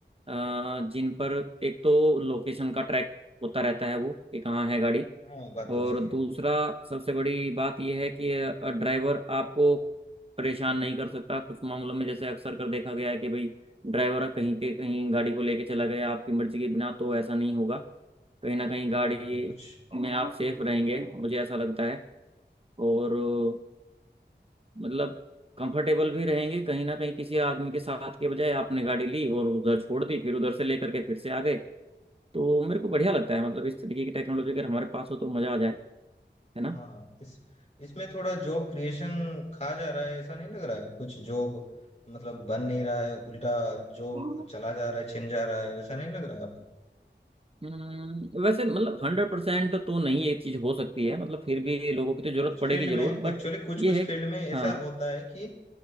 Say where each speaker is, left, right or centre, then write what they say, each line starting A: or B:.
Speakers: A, on the right; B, on the left.
A: अ, जिन पर एक तो लोकेशन का ट्रैक होता रहता है वो कि कहाँ है गाड़ी
B: हाँ बात तो
A: और
B: सही है
A: दूसरा सबसे बड़ी बात यह है कि अ, ड्राइवर आपको परेशान नहीं कर सकता कुछ मामलों में जैसे अक्सर कर देखा गया है कि भाई ड्राइवर कहीं के कहीं गाड़ी को लेके चला गया आपकी मर्जी के बिना तो ऐसा नहीं होगा कहीं ना कहीं गाड़ी
B: हाँ हाँ कुछ
A: में आप सेफ रहेंगे मुझे ऐसा लगता है और अ, मतलब कंफर्टेबल भी रहेंगे कहीं ना कहीं किसी आदमी के साथ के बजाय आपने गाड़ी ली और उधर छोड़ दी फिर उधर से लेकर के फिर से आ गए तो मेरे को बढ़िया लगता है मतलब इस तरीके की टेक्नोलॉजी अगर हमारे पास हो तो मज़ा आ जाए है ना
B: हाँ इस इसमें थोड़ा जॉब क्रिएशन खा जा रहा है ऐसा नहीं लग रहा है कुछ जॉब मतलब बन नहीं रहा है उल्टा जॉब
A: हम्म,
B: चला जा रहा है छिन जा रहा है वैसा नहीं लग रहा है
A: वैसे मतलब हंड्रेड परसेंट तो नहीं एक चीज हो सकती है मतलब फिर भी लोगों की तो जरूरत
B: कुछ
A: पड़ेगी
B: फील्ड
A: जरूर
B: में एक्चुअली
A: बट
B: कुछ
A: ये
B: कुछ
A: है
B: फील्ड में ऐसा
A: हाँ
B: होता है कि